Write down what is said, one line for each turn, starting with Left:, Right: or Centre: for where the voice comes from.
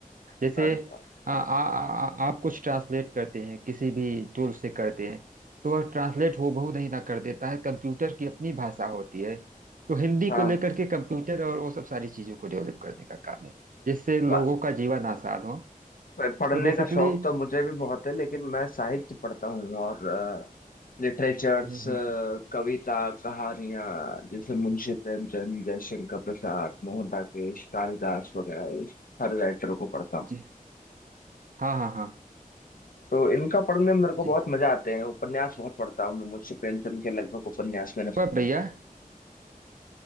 Right: जैसे
Left: अरे वाह
Right: अ, आ, आ, आ, आप कुछ ट्रांसलेट करते हैं किसी भी टूल से करते हैं तो वह ट्रांसलेट हूबहू नहीं ना कर देता है कंप्यूटर की अपनी भाषा होती है तो हिंदी
Left: हाँ
Right: को लेकर के कंप्यूटर और वो सब सारी चीजों को डेवलप करने का काम है जिससे लोगों
Left: प-
Right: का जीवन आसान हो
Left: प- पढ़ने
Right: तो बेसिकली
Left: का शौक तो मुझे भी बहुत है लेकिन मैं साहित्य पढ़ता हूँ और लिटरेचर्स
Right: हम्म हम्म
Left: कविता कहानियाँ जैसे मुंशी प्रेमचंद जयशंकर प्रसाद मोहन राकेश कालिदास वगैरह इस हर राइटर को पढ़ता हूँ
Right: जी हाँ हाँ हाँ
Left: तो इनका पढ़ने में मेरे को
Right: जी
Left: बहुत मजा आते हैं उपन्यास बहुत पढ़ता हूँ मैं मुंशी प्रेमचंद के लगभग उपन्यास मैंने
Right: और भैया